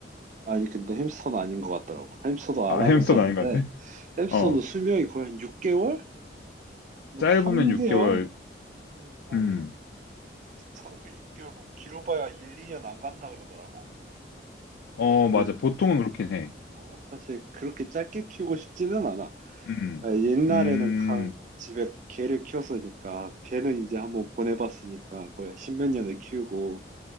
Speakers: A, on the right; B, on the left.
A: 아니, 근데 햄스터는 아닌 것 같더라고. 햄스터도
B: 아,
A: 알아는
B: 햄스터는
A: 그래요? 봤는데,
B: 아닌 것 같아.
A: 햄스터는
B: 어,
A: 수명이 거의 한 6개월? 막
B: 짧으면
A: 3개월?
B: 6개월.
A: 뭐,
B: 음.
A: 3개월, 6개월, 뭐, 길어봐야 1, 2년 안 간다 그러더라고.
B: 어,
A: 네
B: 맞아. 보통은 그렇긴 해.
A: 어, 사실 그렇게 짧게 키우고 싶지는 않아.
B: 음.
A: 아, 옛날에는
B: 음.
A: 가, 집에 개를 키웠으니까 개는 이제 한번 보내봤으니까 거의 십몇 년을 키우고